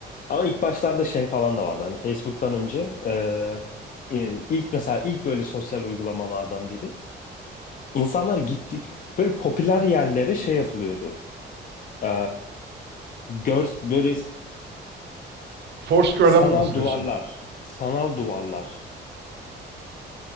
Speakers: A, on the left; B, on the right.
A: Ama ilk başlarda şey falan da vardı. Hani Facebook'tan önce e, e, ilk mesela ilk böyle sosyal uygulamalardan biri. İnsanlar gitti böyle popüler yerlere şey yapılıyordu. E, gör böyle
B: Foursquare'dan
A: sanal
B: mı bahsediyorsun?
A: duvarlar, sanal duvarlar.